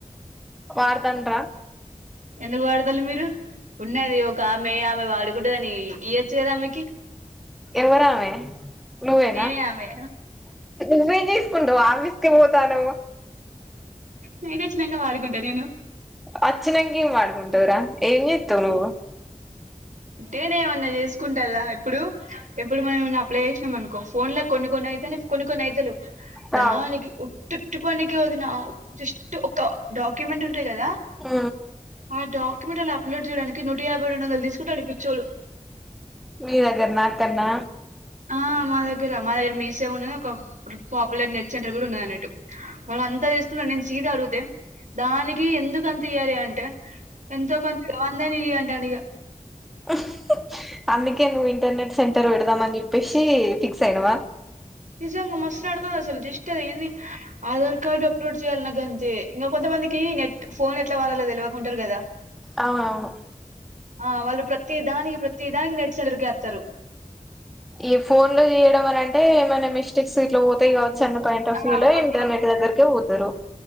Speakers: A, in the centre; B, on the right (about 70°).
A: వాడతంట్రా
B: ఎందుకు వాడతాల మీరు ఉన్నది ఒక ఆమె ఆమె వాడుకున్ టాదని ఈయచ్చు కదా అమెకి
A: ఎవరామే నువ్వేనా
B: నేనే ఆమె
A: నువ్వేం చేసుకుంటావు్ ఆఫీస్కి పోతానవ్
B: నై నచ్చినంగా వాడుకుంటా నేను
A: అచ్చినంగ ఏం వాడుకుంటావ్ రా ఏంజేత్తవ్ నువ్వు
B: టిఫెన్ ఏమన్నా చేసుకుంటలా ఇప్పుడు ఎప్పుడు మనం అప్లై చేసినాం అనుకో ఫోన్ లో కొన్ని కొన్ని అయితనాయ్ కొన్ని కొన్ని ఐ తలేవ్
A: రావు
B: దానికి ఉట్టు ఉట్టు పనికి వదిన జస్ట్ ఒక డాక్యుమెంట్ ఉంటాయి కదా
A: ఆ
B: ఆ డాక్యుమెంట్ అలా అప్లోడ్ చేయడానికి నూట యాభై రెండు వందలు తీసుకుంటాడు పిచ్చోలు
A: మీ దగ్గర నా అ కన్నా
B: ఆ మా దగ్గర మా దగ్గర మీసే ఉన్నది ఒక ఇప్పు పాపులర్ నెట్ సెంటర్ కూడా ఉన్న అన్నట్టు వాళ్ళ అంతా చేసుకున్నా నేను చీద అడుగుతే దానికి ఎందుకు అంత ఇయాలి అంటే ఎంతో కొంతవందని ఇ్యంట అండి ఇక
A: ఆ అందుకే నువ్ ఇంటర్నెట్ సెంటర్ పెడదాం అని చెప్పేసి ఫిక్స్ అయినావా
B: నిజంగా మస్ నడతది అసలు జస్ట్ అది ఎన్ది ఆధార్ కార్డు అప్లోడ్ చేయాలగంతే కొంతమందికి నెట్ ఫోన్ ఎట్లా వాడాలో తెలివక ఉంటారు కదా
A: అవునవును
B: ఆ వాళ్ళు ప్రతి దానికి ప్రతి దానికి నెంట్ సెంటర్క్ ఎత్తారు
A: ఈ ఫోన్ లో చేయడం అనింటే ఏమైనా మిస్టేక్స్ ఇట్లా పోతాయి కావ చన్న పాయింట్ ఆఫ్ వ్యూ
B: ఆ
A: లో
B: కొంచెం
A: ఇంటర్నట్ దగ్గరే ఓతారు